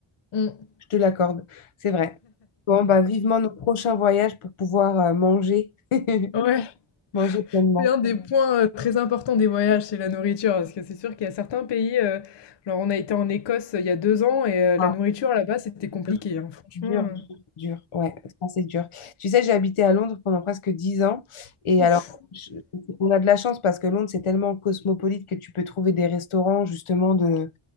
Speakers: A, on the left (about 55°); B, on the left (about 75°).
A: Mm.
B: Je te l'accorde, c'est vrai. Bon, bah, vivement nos prochains voyages pour pouvoir euh, manger. <laughs>
A: ouais.
B: Manger pleinement.
A: C'est un des points euh, très importants des voyages, c'est la nourriture, parce que c'est sûr qu'il y a certains pays. euh, genre, on a été en Écosse euh, il y a deux ans et euh,
B: Ah,
A: la nourriture là-bas, c'était compliqué,
B: dur,
A: hein, Franchement.
B: dur,
A: euh,
B: dur. dur. Ouais, ça c'est dur. Tu sais, j'ai habité à Londres pendant presque 10 ans. Et
A: Ouf.
B: alors, je- on a de la chance parce que Londres, c'est tellement cosmopolite que tu peux trouver des restaurants justement de,